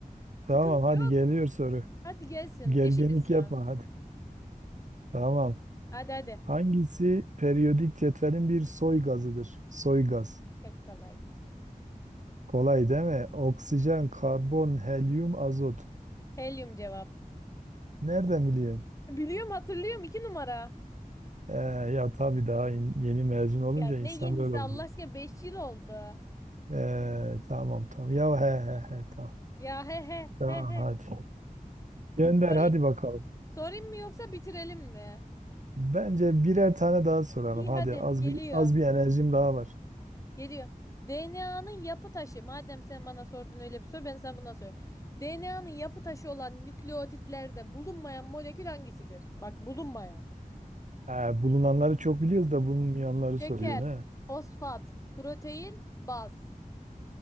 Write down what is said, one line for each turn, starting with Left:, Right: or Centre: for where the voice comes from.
Left: Sıkıntı
Right: Tamam hadi
Left: yok.
Right: geliyor soru.
Left: Hadi gelsin.
Right: Gerginlik
Left: Eşitiz şu
Right: yapma
Left: an.
Right: hadi. Tamam.
Left: Hadi hadi.
Right: Hangisi periyodik cetvelin bir soy gazıdır? Soy gaz.
Left: Çok kolay.
Right: Kolay değil mi? Oksijen, karbon, helyum, azot.
Left: Helyum cevap.
Right: Nereden biliyorsun?
Left: Biliyorum hatırlıyorum iki numara.
Right: Ee, ya tabii daha in- yeni mezun olunca
Left: Ya ne
Right: insan
Left: yenisi
Right: böyle oluyor.
Left: Allah aşkına 5 yıl oldu.
Right: Ee, tamam tamam. Ya he he he tamam.
Left: Ya he he
Right: Tamam
Left: he he.
Right: hadi. Gönder
Left: Sorayım,
Right: hadi bakalım.
Left: sorayım mı yoksa bitirelim mi?
Right: Bence birer tane daha soralım.
Left: İyi
Right: Hadi
Left: hadi
Right: az
Left: geliyor.
Right: bir az bir enerjim daha var.
Left: Geliyor. DNA'nın yapı taşı. Madem sen bana sordun öyle bir soru, ben sana buna soruyorum. DNA'nın yapı taşı olan nükleotitlerde bulunmayan molekül hangisidir? Bak bulunmayan.
Right: Ha, bulunanları çok biliyoruz da bulunmayanları
Left: Şeker,
Right: soruyor ne?
Left: fosfat, protein, baz.